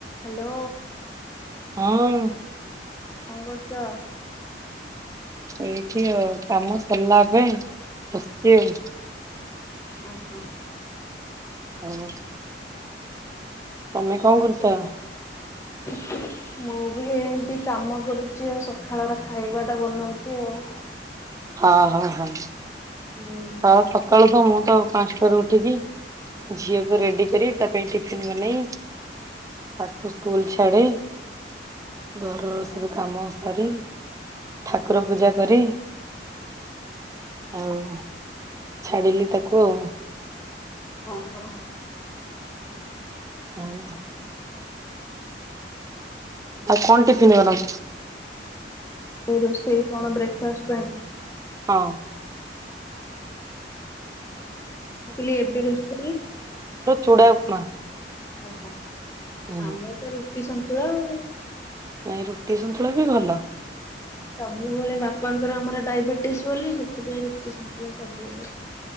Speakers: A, on the left (about 15°); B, on the right (about 20°).
A: ହାଲୋ।
B: ହଁ।
A: କଣ କରୁଚ?
B: ଏଇଠି ଆଉ କାମ ସରିଲା ଏବେ ବସିଛି ଆଉ।
A: ଓହୋ।
B: ହଁ, ତମେ କଣ କରୁଚ?
A: <inaudible> ମୁଁ ବି ଏମିତି କାମ କରୁଛି ଆଉ ସକାଳର ଖାଇବା ଟା ବନାଉଛି ଆଉ।
B: ହଁ ହଁ ହଁ।
A: ହୁଁ
B: ହଁ ସକାଳୁ ତ ମୁଁ ତ ପାଞ୍ଚଟାରୁ ଉଠିକି ଝିଅକୁ ରେଡି କରି ତା ପାଇଁ ଟିଫିନ ବନେଇ ତାକୁ ସ୍କୁଲ ଛାଡି ଘରର ସବୁ କାମ ସରି ଠାକୁର ପୂଜା କରି ଆଉ ଛାଡିଲି ତାକୁ ଆଉ।
A: ଓ ହୋ।
B: ହଁ। ଆଉ କଣ ଟିଫିନ୍ ବନଉଚ?
A: ସେ ରୋଷେଇ କଣ ବ୍ରେକ୍ଫାଷ୍ଟ ପାଇଁ?
B: ହଁ।
A: ମୁଁ କହିଲି ଏବେ ରୋଷେଇ?
B: ଚୁଡ଼ା ଉପମା।
A: ଓହୋ
B: ହୁଁ
A: ଆମର ତ ରୁଟି ସନ୍ତୁଳା ଆଉ।
B: ନାଇଁ ରୁଟି ସନ୍ତୁଳା ବି ଭଲ।
A: ସବୁବେଳେ ବାପାଙ୍କର ଆମର ଡାଇବେଟିସ ବୋଲି ସେଥିପାଇଁ ରୁଟି ସନ୍ତୁଳା ସବୁବେଳେ।